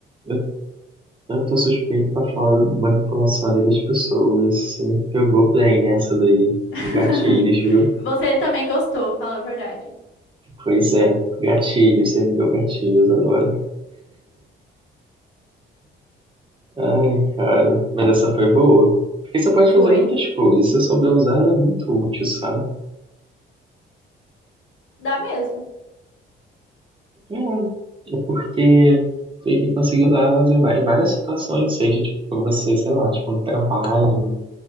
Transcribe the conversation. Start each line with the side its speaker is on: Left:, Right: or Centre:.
Right: eu, eu tô suspeito pra falar de manipulação ali das pessoas. Você me pegou bem nessa daí.
Left: <laughs>
Right: Gatilhos, viu?
Left: Você também gostou, fala a verdade.
Right: Pois é, gatilhos, você me deu gatilhos agora. Ai, cara. Mas essa foi boa. Porque você pode
Left: Foi.
Right: fazer muitas coisas. Se souber usar, ela é muito útil, sabe?
Left: Dá mesmo.
Right: É, é porque tu tem que conseguir usar ela de va- em várias situações. Seja, tipo, pra você, sei lá, tipo, no trabalho,